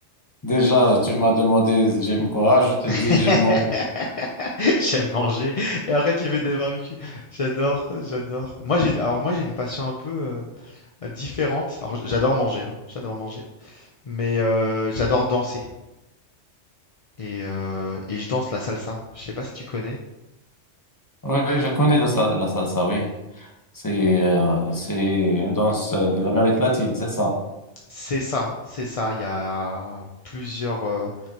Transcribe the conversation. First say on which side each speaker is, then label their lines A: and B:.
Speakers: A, on the left; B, on the left.
A: Déjà, tu m'as demandé j'aime quoi, je te dis
B: <laughs>
A: j'aime mon...
B: J'aime manger et après tu fais des barbecues. J'adore, j'adore. Moi j'ai une- alors moi j'ai une passion un peu euh, différente. Alors j- j'adore manger, hein, j'adore manger. Mais euh, j'adore danser et, euh, et je danse la salsa. Je sais pas si tu connais.
A: Oui, je connais la, sa- la salsa, oui. C'est euh, c'est une danse euh, de l'Amérique latine, c'est ça?
B: C'est ça, c'est ça. Il y a plusieurs euh,